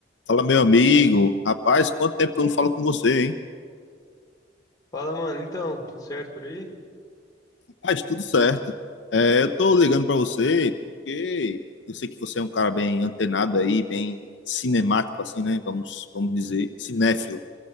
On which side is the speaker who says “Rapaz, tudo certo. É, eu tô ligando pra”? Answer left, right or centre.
Left